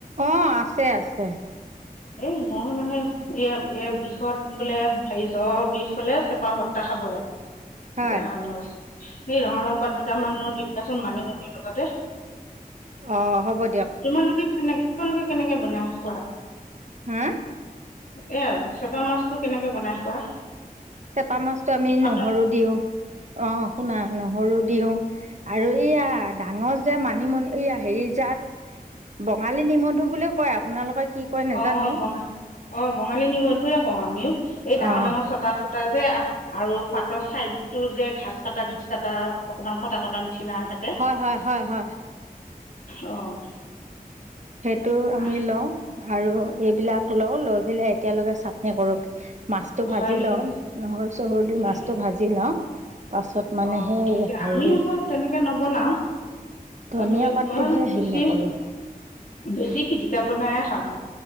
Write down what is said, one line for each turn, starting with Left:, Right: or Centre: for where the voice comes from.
Right: অ', আছে আছে।
Left: এ মই মানে এ এ বিষত বোলে হেৰি জ্বৰ বিষ হ'লে চেপা ভত্তা খাব লাগে।
Right: হয়
Left: এতিয়া সেই ৰঙালাও পাত দুটামানো দি পঠাচোন মানিমুনি লগতে।
Right: অ', হ'ব দিয়ক।
Left: তোমালোকে কেনে তোমালোকে কেনেকে বনাই খোৱা?
Right: হা?
Left: এয়া চেপা মাছতটো কেনেকে বনাই খোৱা?
Right: চেপা মাছটো আমি
Left: পাতত
Right: নহৰু দিও অ' শুনা নহৰু দিওঁ। আৰু ইয়া ডাঙৰ যে মানিমুনি। এইয়া হেৰি জাত বঙালী নিমধু বুলি কয় আপোনালোকে কি কয় নাজানো
Left: অ', অ', বঙালী অ' বঙালী নিমধুয়ে কওঁ আমিও এই ডাঙৰ
Right: অ',
Left: ডাঙৰ চটা চটা যে আৰু পাতৰ চাইদতো যে ঘাচ কটা ঘাচ কটা অকমান কটা কটা নিচিনা থাকে।
Right: হয়, হয়, হয়, হয়।
Left: অ'।
Right: সেইটো আমি
Left: আহ
Right: লওঁ আৰু এইবিলাক লওঁ লৈ পেলাই একেলগে চাটনি কৰো। মাছটো ভাজি
Left: হয় নেকি
Right: লওঁ নহৰু চহৰু দি
Left: হয়
Right: মাছটো
Left: নেকি
Right: ভাজি লওঁ। পাছত মানে
Left: অ
Right: সেই
Left: ঠিকে
Right: হেৰি
Left: আমি আকৌ তেনেকে নবনাও
Right: ধনীয়া
Left: আমি
Right: পাতটোহে
Left: মই বেছি
Right: হেৰি নকৰো।
Left: বেছি পিটিকা বনাইয়ে খাওঁ।